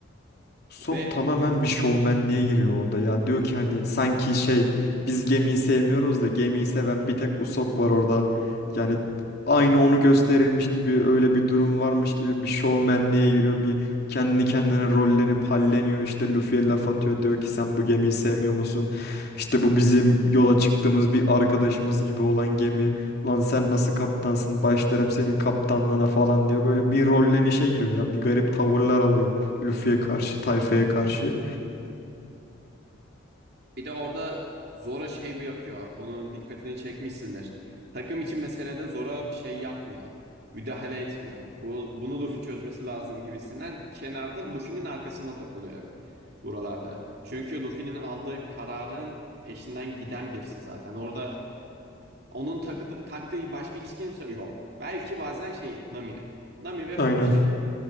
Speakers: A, on the left (about 50°); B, on the right (about 55°).
A: Sop
B: Ve
A: tamamen bir şovmenliğe
B: Hı.
A: giriyor orada ya. Diyor ki hani sanki şey biz gemiyi sevmiyoruz da gemiyi seven bir tek Usopp var orada. Yani aynı onu gösterilmiş gibi öyle bir durum varmış gibi bir şovmenliğe giriyor. Bir kendi kendine rollenip halleniyor işte Luffy'ye laf atıyor. Diyor ki sen bu gemiyi sevmiyor musun? İşte bu bizim yola çıktığımız bir arkadaşımız gibi olan gemi. Lan sen nasıl kaptansın? Başlarım senin kaptanlığına falan diyor. Böyle bir rollenişe giriyor ya. Bir garip tavırlar alıyor. Luffy'ye karşı, tayfaya karşı.
B: Bir de orada Zora şey bu yapıyor. Onun dikkatini çekmişsindir. Takım için meselede Zora şey yapmıyor. Müdahale etmiyor. Bu, bunu Luffy çözmesi lazım gibisinden kenarda Luffy'nin arkasında takılıyor hep buralarda. Çünkü Luffy'nin aldığı kararın peşinden giden birisi zaten. Orada onun takı, taktığı başka hiç kimse yok. Belki bazen şeyin, Nami'nin. Nami ve
A: Aynen.
B: şey,